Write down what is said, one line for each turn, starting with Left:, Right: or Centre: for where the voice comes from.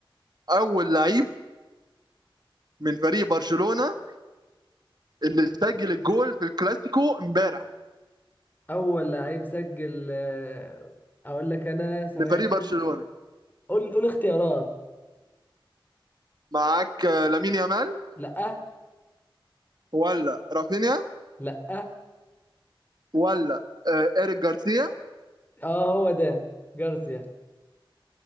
Right: اول لعيب من فريق برشلونة اللي سجل الجول في الكلاسيكو امبارح
Left: اول لعيب سجل آه، اقول لك انا ثواني
Right: لفريق برشلونة
Left: قول قول اختيارات
Right: معاك آه، لامين يامال
Left: لا
Right: ولا رافينيا
Left: لا
Right: ولا آه، إيريك جارسيا
Left: اه هو ده جارسيا